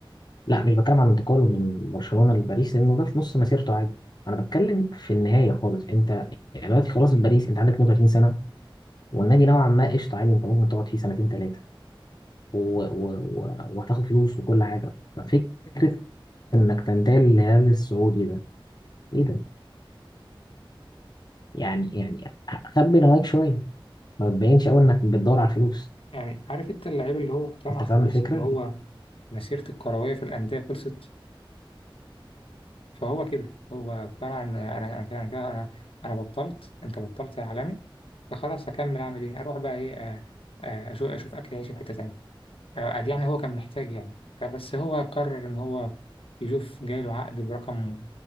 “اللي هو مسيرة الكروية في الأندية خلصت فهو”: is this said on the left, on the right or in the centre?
Left